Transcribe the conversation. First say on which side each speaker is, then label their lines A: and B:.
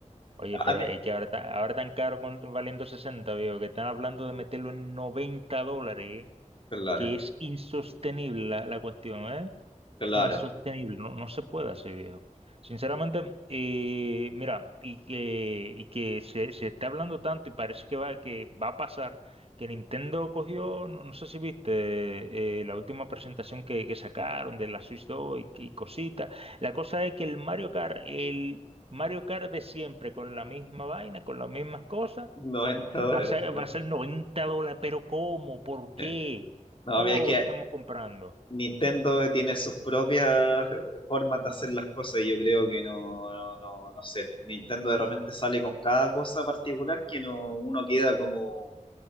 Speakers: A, on the right; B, on the left.
A: Oye,
B: A
A: pero
B: mí-
A: es que ahora, está- ahora tan caro con, valiendo 60, viejo, que están hablando de meterlo en 90 dólares, ¿eh?
B: claro.
A: que es insostenible la, la cuestión, ¿eh?
B: Claro,
A: Insostenible, no, no se puede así, viejo. Sinceramente, eh, mira, y que, y que se, se está hablando tanto y parece que va, que va a pasar, que Nintendo cogió, no, no sé si viste, eh, la última presentación que, que sacaron de la Switch 2 y, y cositas. La cosa es que el Mario Kart, el Mario Kart de siempre, con la misma vaina, con las mismas cosas,
B: noventa
A: va
B: dólares,
A: a ser,
B: claro.
A: va a ser 90 dólares, pero ¿cómo? ¿Por
B: <laughs>
A: qué?
B: No,
A: Oro
B: es que
A: estamos comprando.
B: Nintendo tiene sus propias formas de hacer las cosas y yo creo que no, no, no, no sé. Nintendo de repente sale con cada cosa particular que no, uno queda como